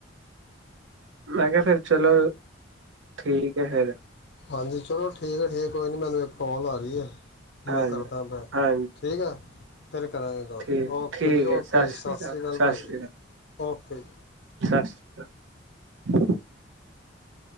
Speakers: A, on the right; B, on the left.
A: ਮੈਂ ਕਿਹਾ ਫੇਰ ਚਲੋ ਠੀਕ ਹੈ ਫੇਰ।
B: ਹਾਂਜੀ। ਚਲੋ ਠੀਕ ਹੈ। ਠੀਕ। ਕੋਈ ਨਾ ਮੈਨੂੰ ਇੱਕ ਕਾਲ ਆ ਰਹੀ ਹੈ।
A: ਹਾਂਜੀ
B: ਮੈਂ ਕਰਦਾ ਬੈਕ,
A: ਹਾਂਜੀ
B: ਠੀਕ ਐ। ਫਿਰ ਕਰਾਂਗੇ ਗੱਲ।
A: ਠੀਕ
B: ਓਕੇ
A: ਠੀਕ
B: ਜੀ। ਓਕੇ
A: ਹੈ
B: ਜੀ। ਸਤਿ ਸ਼੍ਰੀ ਅਕਾਲ
A: ਸਤਿ
B: ਭਾਜੀ।
A: ਸ਼੍ਰੀ ਅਕਾਲ
B: ਓਕੇ।
A: ਸਤਿ ਸ਼੍ਰੀ ਅਕਾਲ।